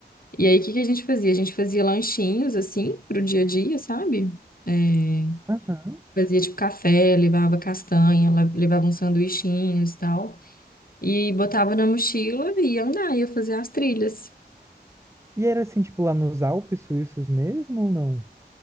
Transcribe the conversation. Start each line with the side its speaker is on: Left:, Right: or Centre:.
Left: E aí o que que a gente fazia? A gente fazia lanchinhos assim pro dia a dia, sabe? É,
Right: aham.
Left: fazia tipo café, levava castanha, la- levava uns sanduichinhos e tal. E botava na mochila e ia andar, ia fazer as trilhas.
Right: E era assim, tipo, lá nos Alpes suíços mesmo ou não?